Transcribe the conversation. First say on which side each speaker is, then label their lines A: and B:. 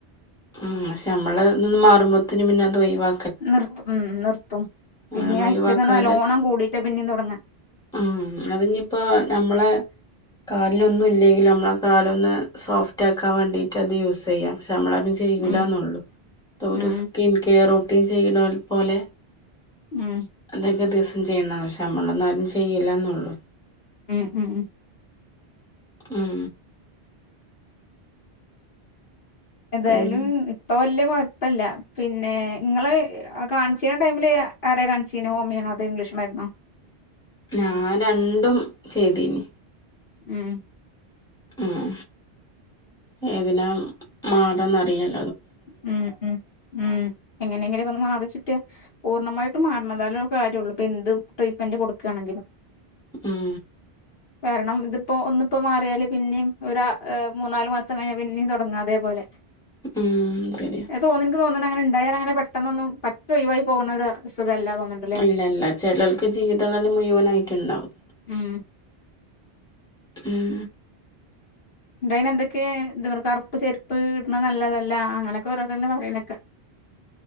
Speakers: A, in the centre; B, on the left (about 55°).
A: ഉം പക്ഷെ നമ്മള് ഇതൊന്ന് മാറുമ്പോത്തേന് പിന്നെ അത് ഒഴിവാ
B: നിർത്ത ഉം നിർത്തും പിന്നെ
A: അങ്ങനെ ഒഴിവാക്കാതെ
B: ഉച്ചക്ക്ന്ന് നല്ലോണം കൂടീട്ട് പിന്നീം തുടങ്ങാ
A: ഉം അതിനീപ്പോ നമ്മളെ കാലിനൊന്നും ഇല്ലെങ്കിൽ നമ്മള് ആഹ് കാലൊന്ന് സോഫ്റ്റ് ആക്കാൻ വേണ്ടിയിട്ടത് യൂസ് ചെയ്യാം പക്ഷെ നമ്മള് ആരും ചെയ്യൂല
B: ഉം
A: എന്നുള്ളൂ ഒരു
B: ഉം
A: സ്കിൻ കെയർ റൊട്ടീൻ ചെയ്യുന്ന പോലെ
B: ഉം
A: അതൊക്കെ ദിവസം ചെയ്യണം പക്ഷെ നമ്മളൊന്നും ആരും ചെയ്യില്ലാന്നേയുള്ളൂ
B: ഉം ഉം ഉം
A: ഉം
B: ഏതായാലും
A: പിന്ന
B: ഇപ്പൊ വലിയ കൊയപ്പില്ല പിന്നെ നിങ്ങള് കാണിച്ചീന്ന ടൈമില് ആരെയാ കാണിച്ചീനു ഹോമിയാണോ അതോ ഇംഗ്ലീഷ് മരുന്നോ
A: ഞാൻ രണ്ടും ചെയ്തീന്
B: ഉം
A: ഉം ഏതിനാ മാറേന്നറിയാൻ
B: ഉം ഉം ഉം എങ്ങനെയെങ്കിലും ഒന്ന് മാറിക്കിട്ടിയാ പൂർണമായിട്ടും മാറണതാല കാര്യം ഉള്ളൂ ഇപ്പൊ എന്ത് ട്രീറ്റ്മെന്റ് കൊടുക്കയാണെങ്കിലും
A: ഉം
B: കാരണം ഇതിപ്പോ ഒന്നിപ്പോ മാറിയാല് പിന്നെയും ഒര് മൂന്നാല് മാസം കഴിഞ്ഞാൽ പിന്നേും തുടങ്ങും അതേപോലെ
A: ഉം ശരി
B: തോന്നു നിങ്ങക്ക് തോന്നുന്നുണ്ട് അങ്ങനെ ഉണ്ടായാ അങ്ങനെ പെട്ടെന്നൊന്നും പറ്റേ ഒഴിവായി പോകുന്ന ഒരു അസുഖല്ല തോന്നുന്നുണ്ട്
A: ഇല്ല ഇല്ല ചിലർക്ക് ജീവിതകാലം മുഴുവനായിട്ടുണ്ടാവും
B: ഉം
A: ഉം
B: ഇതയിന് എന്തൊക്കെയേ എന്ത കറുപ്പ് ചെരുപ്പ് ഇടണ നല്ലതല്ല അങ്ങനൊക്കെ ഓരോരുത്തര് പറയുന്നേക്കാം